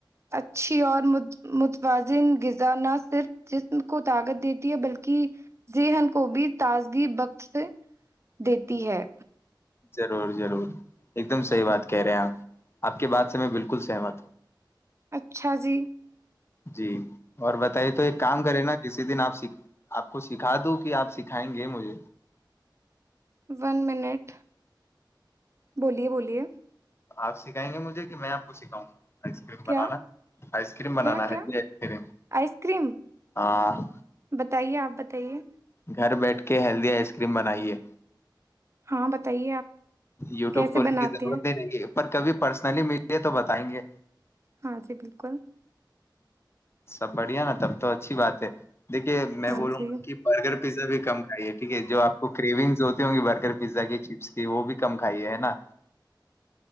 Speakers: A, on the right (about 35°); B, on the left (about 30°).
A: اچھی اور متوازن غذا نہ صرف جسم کو طاقت دیتی ہے بلکہ ذہن کو بھی تازگی بخشتے دیتی ہے
B: ضرور ضرور ایک دم صحیح بات کہہ رہے ہیں آپ آپ کے بات سے میں بالکل سہمت ہوں
A: اچھا جی
B: جی اور بتائیے تو ایک کام کرے نا کسی دن آپ آپ کو سکھا دوں کہ آپ سکھائیں گے مجھے
A: ون منٹ بولیے بولیے
B: آپ سکھائیں گے مجھے کہ میں آپ کو سکھاؤں گا آئس کریم بنانا
A: کیا
B: آئس کریم بنانا
A: کیا کیا
B: ہے جی آئس کریم
A: آئس کریم
B: ہاں
A: بتائیے آپ بتائیے
B: گھر بیٹھ کے ہیلدی آئس کریم بنائیے
A: ہاں بتائیے آپ
B: یوٹیوب
A: کیسے
B: کھولنے
A: بناتے
B: کی ضرورت
A: ہیں
B: نہیں رہیں گی پر کبھی پرسنلی ملیے تو بتائیں گے
A: ہاں جی بالکل
B: سب بڑھیا نا تب تو اچھی بات ہے دیکھیے میں
A: ہاں
B: بولوں
A: جی
B: گا کہ برگر پیزا بھی کم کھائیے ٹھیک ہے جو آپ کو کرریونگ ہوتی ہوں گی برگر پزا کی چپس وہ بھی کم کھائیے ہے نا